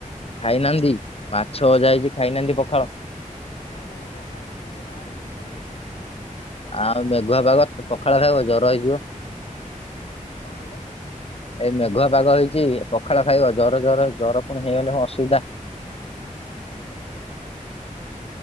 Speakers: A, on the left; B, on the left.
A: ଖାଇନାହାନ୍ତି ମାଛ ଭଜା ହେଇଛି ଖାଇନାହାନ୍ତି ପଖାଳ?
B: ନାଇଁ ନାଇଁ ଆଜ୍ଞା ମୁଁ ଆସିଥିଲି ଟିକେ ବାହାରକୁ ଗଲେ ଖାଇବି।
A: ଆଉ ମେଘୁଆ ପାଗ ତ ପଖାଳ ଖାଇବ ଜ୍ୱର ହେଇଯିବ।
B: କଣ କହିଲେ?
A: ଏଇ ମେଘୁଆ ପାଗ ହେଇଛି ପଖାଳ ଖାଇବ ଜର ଜର ଜର ପୁଣି ହେଇଗନେ ହ ଅସୁବିଧା।
B: ନାଇ ନାଇ ଆଜ୍ଞା ସେମିତି କିଛି ନାହିଁ।